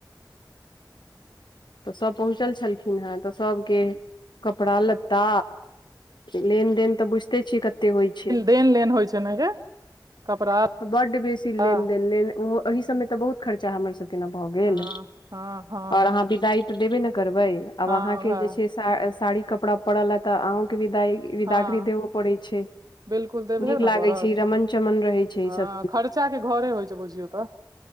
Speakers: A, on the right; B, on the left.
A: <inaudible>
B: तऽ सभ पहुँचल छलखिन हँ, तऽ सभके कपड़ा लत्ता। लेनदेन तऽ बुझिते छियै कते। होइ छै
A: देन लेन होइ छै ने, के कपड़ा।
B: बड़ बेसी
A: लत्ता
B: लेन देन, ओहि सभमे तऽ बहुत खर्चा हमर सभ। अहाँ सभके न भऽ गेल,
A: हँ हँ हँ
B: आ अहाँ विदाइ देबो नहि करबै आब
A: हँ
B: अहाँके
A: उएह
B: जे से। साड़ी कपड़ा पड़ल छै ते अहूँके विदाई। विदागरी
A: हँ
B: देबो पड़ै छै,
A: बिलकुल देबहे
B: नीक
A: ने
B: लागै
A: पड़त
B: छै। ई रमण चमन रहै छै,
A: हँ
B: ई सभ।
A: खर्चा के घरे होइ छै, बुझियौ तऽ।